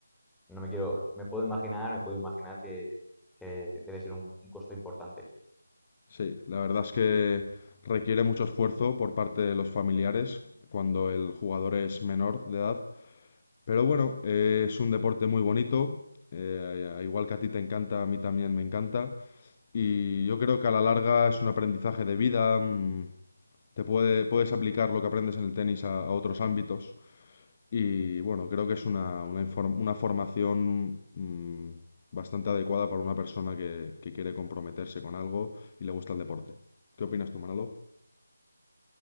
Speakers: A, in the centre; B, on the left.
A: no me quiero, me puedo imaginar, me puedo imaginar que, que debe ser un, un costo importante.
B: Sí, la verdad es que requiere mucho esfuerzo por parte de los familiares cuando el jugador es menor de edad. Pero bueno, eh, es un deporte muy bonito. eh, igual que a ti te encanta, a mí también me encanta. Y yo creo que a la larga es un aprendizaje de vida. mm, Te puede, puedes aplicar lo que aprendes en el tenis a, a otros ámbitos. Y bueno, creo que es una, una inform- una formación mm, bastante adecuada para una persona que, que quiere comprometerse con algo y le gusta el deporte. ¿Qué opinas tú, Manolo?